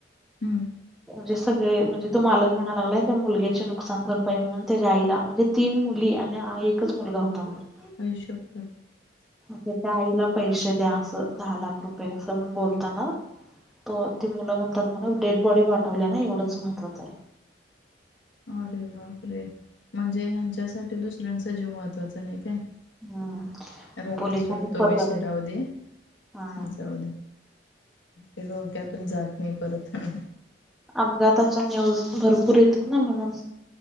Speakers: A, on the left; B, in the centre.
A: हम्म.
B: म्हणजे सगळे म्हणजे तो मालक म्हणाय लागला, त्या मुलग्याचे नुकसान भरपाई म्हणून त्याच्या आईला म्हणजे तीन मुली आणि एकच मुलगा होता म्हणे.
A: आई शप्पथ.
B: त्याच्या आईला पैसे द्या असं दहा लाख रुपये असं म बोलताना? तो ती मुलं म्हणतात म्हण डेड बॉडी पाटवल्या ना एवढंच महत्वाचं आहे.
A: अरे बापरे म्हणजे यांच्यासाठी दुसऱ्यांचा जीव महत्त्वाचा नाही काय?
B: हम्म
A: राहू
B: पोलिसांनी
A: दे सोड तो
B: फरलं
A: विषय राहू दे,
B: हा
A: जाऊ दे. ते डोक्यातून जात नाही परत. हम
B: अपघाताच्या न्यूज भरपूर येतात ना म्हणून.